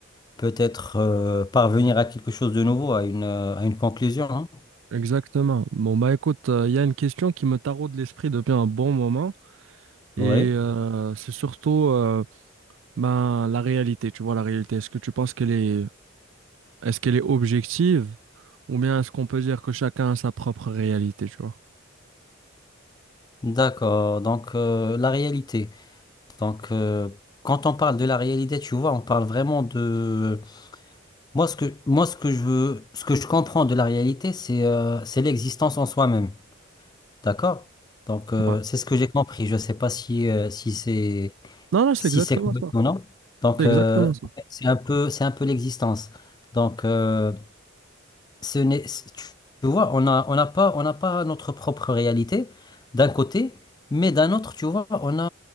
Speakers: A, on the left (about 20°); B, on the right (about 65°).
A: peut-être euh, parvenir à quelque chose de nouveau, à une, euh, à une conclusion. hein.
B: Exactement. Bon bah écoute, euh, il y a une question qui me taraude l'esprit depuis un bon moment et
A: Oui,
B: euh, c'est surtout euh, Ben, la réalité, tu vois, la réalité, est-ce que tu penses qu'elle est, est-ce qu'elle est objective ou bien est-ce qu'on peut dire que chacun a sa propre réalité, tu vois?
A: d'accord. Donc, euh, la réalité. Donc, euh, quand on parle de la réalité, tu vois, on parle vraiment de... Moi, ce que, moi, ce que je veux, ce que je comprends de la réalité, c'est euh, c'est l'existence en soi-même. D'accord? Donc, euh,
B: Ouais.
A: c'est ce que j'ai compris. Je ne sais pas si, euh, si c'est
B: Non, non,
A: si
B: c'est exactement
A: c'est correct
B: ça.
A: ou non. Donc,
B: C'est
A: euh,
B: exactement ça.
A: c'est un peu, c'est un peu l'existence. Donc, euh, ce n'est, c- tu tu vois, on a, on n'a pas, on n'a pas notre propre réalité d'un côté, mais d'un autre, tu vois, on a,